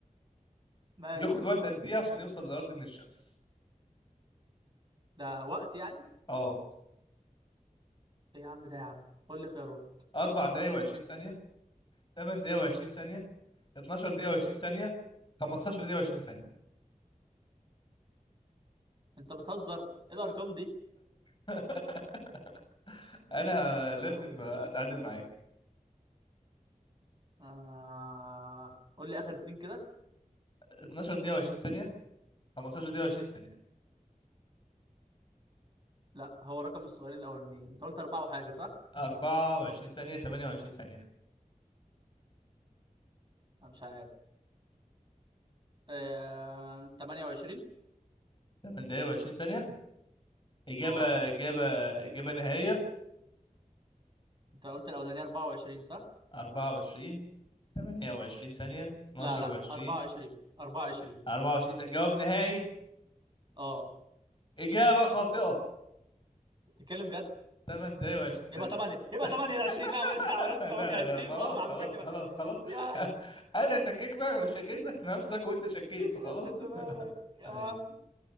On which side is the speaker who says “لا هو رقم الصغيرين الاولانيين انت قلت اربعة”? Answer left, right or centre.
Right